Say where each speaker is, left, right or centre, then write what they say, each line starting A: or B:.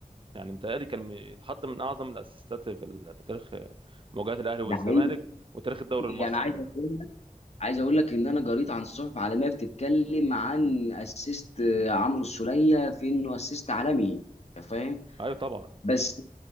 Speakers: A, on the right; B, on the left.
A: يعني متهيألي كان يتحط من اعظم الاسيستات في ال- في تاريخ آه، مواجهات الاهلي والزمالك
B: ده حقيقي
A: وتاريخ الدوري
B: يعني
A: المصري
B: عايز
A: عموما
B: اقول لك عايز اقول لك ان انا قريت عن صحف عالميه بتتكلم عن اسيست آه، عمرو السوليه في انه اسيست عالمي انت فاهم
A: لا ايوه طبعا
B: بس